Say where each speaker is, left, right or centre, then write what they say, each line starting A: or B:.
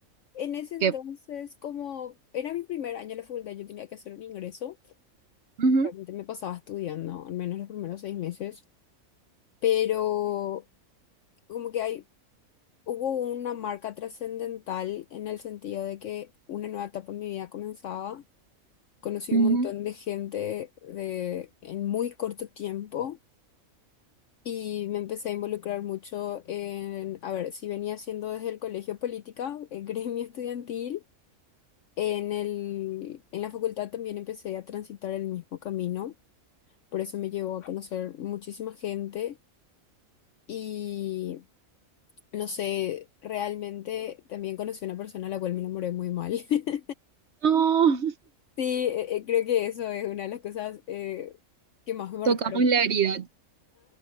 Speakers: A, on the left; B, on the right.
A: en ese entonces,
B: que...
A: como era mi primer año en la facultad, yo tenía que hacer un ingreso.
B: Ujú,
A: Realmente me pasaba estudiando, al menos los primeros seis meses, pero como que hay, hubo una marca trascendental en el sentido de que una nueva etapa en mi vida comenzaba conocí
B: ujú.
A: un montón de gente de, en muy corto tiempo y me empecé a involucrar mucho en, a ver, si venía haciendo desde el colegio política, el <laughs> gremio estudiantil, en el, en la facultad también empecé a transitar el mismo camino, por eso me llevó a conocer muchísima gente y... No sé, realmente también conocí una persona a la cual me enamoré muy mal. <laughs>
B: No,
A: Sí, eh, eh, creo que eso es una de las cosas eh, que más me marcaron.
B: tocamos la herida,